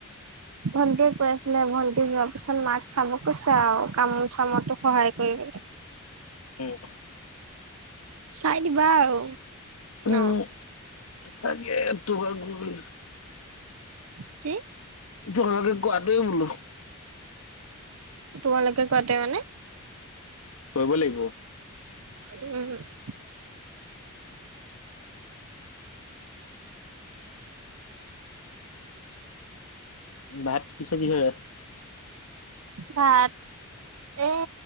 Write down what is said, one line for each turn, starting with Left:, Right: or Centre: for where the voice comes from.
Right: ভণ্ন্টিয় কৈ আছিলে, ভন্টি যোৱাৰ পিছত, মাক চাব কৈছে আৰু। কাম চামতো সহায় কৰিবি। <inaudible>
Left: উম।
Right: চাই দিবা আৰু? ন
Left: উম, তাকে তোমক <unintelligible>
Right: <inaudible> কি?
Left: তোমালোকে কোৱাটোৱে বোলোঁ।
Right: তোমালোকে কোৱাতে মানে
Left: খোৱাবই লাগিব।
Right: উম।
Left: ভাত পিছে কিহেৰে?
Right: ভাত এ